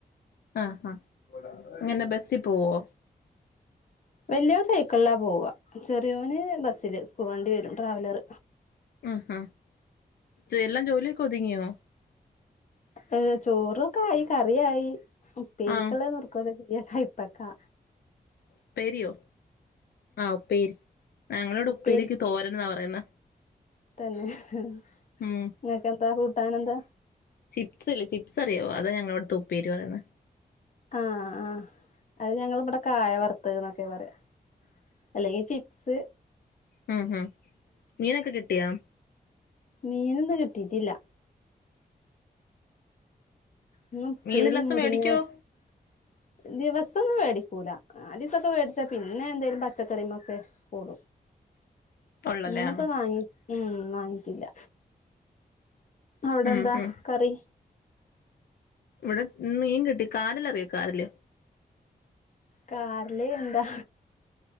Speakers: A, on the left; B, on the left.
A: ആഹ ആഹ ഇങ്ങനെ ബസിൽ പോവോ
B: വലിയയോൻ സൈക്കിളിലാ പോവ ചെറിയോന് ബസ്സില് സ്കൂൾ വണ്ടി വരും ട്രാവലർ
A: ആഹാ എല്ലാം ജോലിയൊക്കെ ഒതുങ്ങിയോ
B: ഏ ചോറൊക്കെ ആയി കറിയായി ഉപ്പേരിക്കുള്ളത്
A: ആഹ്
B: നുറുക്കികൊണ്ടിരി ചെയ്യാ കൈപ്പക്കാ
A: ഉപ്പേരിയോ ആഹ ഉപ്പേരി ഞങ്ങളോട്
B: ഉപ്പേരി
A: ഉപ്പേരിക്ക് തോരൻ എന്നാ പറയുന്ന
B: തന്നെ നിങ്ങക്ക്
A: ഉം
B: എന്താ കൂട്ടാൻ എന്താ
A: ചിപ്സ്ല്ല ചിപ്സ് അറിയമോ അതാ ഞങ്ങങ്ങള ഇവിടുതെ ഉപ്പേരി പറയുന്നത്
B: ആഹ ആഹ് അത് ഞങ്ങ ഇവിടെ കായ വറുത്തക എന്നൊക്കെ പറയാം അല്ലങ്ക ചിപ് - സ്
A: മ് മ് മീനൊക്കെ കിട്ടിയാ
B: മീനിന്ന് കിട്ടീട്ടില്ല ഇന്ന് ഉപ്പേരി
A: മീൻ എല്ലാ ദിവസവും
B: മുരിങ്ങ
A: മേടിക്കുവോ
B: ദിവസ് ദിവസൊന്നും മേടിക്കുല നാലീസക്കെ മേടിച്ചാൽ പിന്നെ എന്തേലും പച്ചക്കറിമ്മേക്കെ കൂടും
A: ഒള്ളല്ലേ
B: ഇന്ന്പ്പ
A: ആഹ്
B: വാങ്ങി ഉം വാങ്ങിറ്റില്ല അവിടെന്താ
A: ഉം ഉം
B: കറി
A: ഇവിടെ ഇന്ന് മീൻ കിട്ടി കാര ലറിയോ കാരൽ
B: കാരല് എന്താ